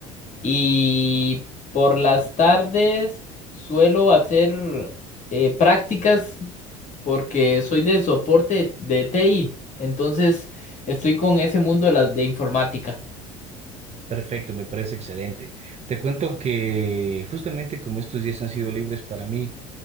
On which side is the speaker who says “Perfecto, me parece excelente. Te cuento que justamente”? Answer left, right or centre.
Right